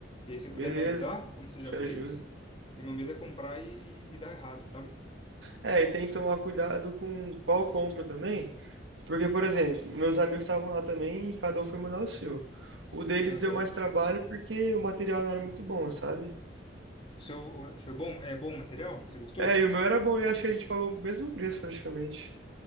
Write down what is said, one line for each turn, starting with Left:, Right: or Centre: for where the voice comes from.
Left: e aí você
Right: Beleza,
Left: puder me ajudar, como você
Right: te
Left: já fez.
Right: ajuda.
Left: E meu medo é comprar e, e, e dar errado, sabe?
Right: É, e tem que tomar cuidado com qual compra também, porque, por exemplo, meus amigos estavam lá também e cada um foi mandar o seu. O deles
Left: Aham.
Right: deu mais trabalho porque o material não era muito bom, sabe?
Left: O seu foi bom? É bom o material? Você gostou?
Right: É, e o meu era bom, e acho que a gente pagou o mesmo preço praticamente.